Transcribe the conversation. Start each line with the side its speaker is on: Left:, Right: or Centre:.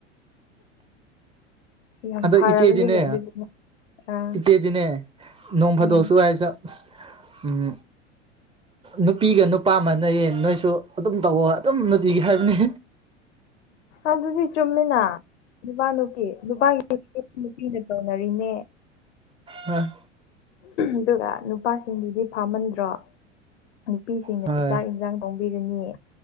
Left: ꯌꯥꯝ
Right: ꯑꯗꯣ
Left: ꯐꯔꯕꯅꯤꯅꯦ
Right: ꯏꯆꯦꯗꯤꯅꯦ
Left: ꯑꯗꯨꯗꯤ ꯅꯪ ꯑꯥ
Right: ꯏꯆꯦꯗꯤꯅꯦ ꯅꯣꯡ ꯐꯥꯗꯣꯛꯑꯁꯨ
Left: ꯎꯝ
Right: ꯍꯥꯏꯔꯁꯨ ꯎꯝ ꯅꯨꯄꯤꯒ ꯅꯨꯄꯥ ꯑꯃꯅꯌꯦꯟ ꯅꯣꯏꯁꯨ ꯑꯗꯨꯝ ꯇꯧꯑꯣ ꯑꯗꯨꯝ ꯅꯨꯡꯇꯤꯒꯤ ꯍꯥꯏꯕꯅꯦ
Left: ꯑꯗꯨꯗꯤ ꯆꯨꯝꯃꯤꯅ ꯅꯨꯄꯥ ꯅꯨꯄꯤ ꯅꯨꯄꯥꯒꯤ ꯅꯨꯄꯤꯅ ꯇꯧꯅꯔꯤꯅꯦ
Right: ꯍꯝ
Left: ꯑꯗꯨꯒ ꯅꯨꯄꯥꯁꯤꯡꯗꯨꯗꯤ ꯐꯥꯝꯃꯟꯗ꯭ꯔꯣ ꯅꯨꯄꯤꯁꯤꯡꯅ
Right: ꯍꯣꯏ
Left: ꯆꯥꯛ ꯌꯦꯟꯁꯥꯡ ꯆꯣꯡꯕꯤꯔꯅꯤꯌꯦ